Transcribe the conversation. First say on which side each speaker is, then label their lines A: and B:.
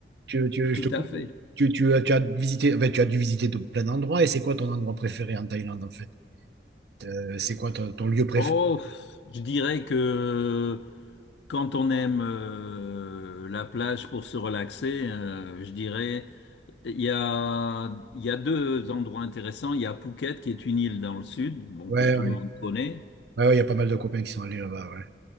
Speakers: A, on the right; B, on the left.
A: tu, tu-
B: tout
A: je te coupe,
B: à fait.
A: tu, tu, as tu as visité, enfin, tu as dû visiter de plein d'endroits. Et c'est quoi ton endroit préféré en Thaïlande, en fait? Euh, c'est quoi ton, ton lieu préféré?
B: Oh, je dirais que quand on aime euh, la plage pour se relaxer, euh, je dirais, il y a, il y a deux endroits intéressants. Il y a Phuket, qui est une île dans le sud, bon,
A: Ouais,
B: que tout
A: ouais.
B: le monde connaît.
A: Ouais, ouais, il y a pas mal de copains qui sont allés là-bas, ouais.